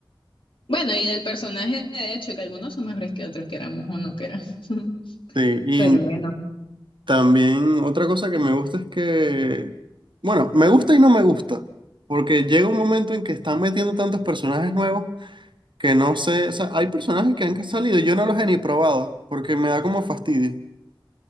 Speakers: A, on the left; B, on the right.
A: bueno, y del personaje, de hecho, que algunos son mejores que otros, queramos o no queramos. <laughs>
B: Sí, y
A: Pero bueno,
B: también otra cosa que me gusta es que, bueno, me gusta y no me gusta, porque llega un momento en que están metiendo tantos personajes nuevos que no sé, o sea, hay personajes que han salido y yo no los he ni probado, porque me da como fastidio.